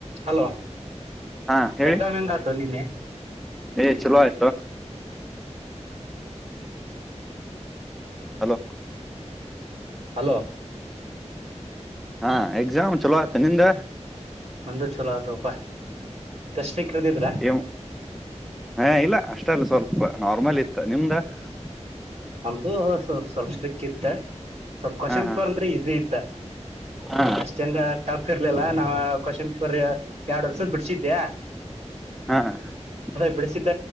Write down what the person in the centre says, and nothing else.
ಹಾ ಹೇಳಿ
ಏ ಚಲೋ ಆಯ್ತು <unintelligible> ಹಲೋ <unintelligible>
ಹಾ ಎಕ್ಸಾಮ್ ಚಲೋ ಆತ ನಿಂದ <unintelligible>
ಏ ಹಾ ಇಲ್ಲ ಅಷ್ಟ ಅಲ್ಲ ಸ್ವಲ್ಪ ನಾರ್ಮಲ್ ಇತ್ತು ನಿಮ್ದ <unintelligible>
ಹಾ ಹಾ
ಹಾ
ಹಾ <unintelligible>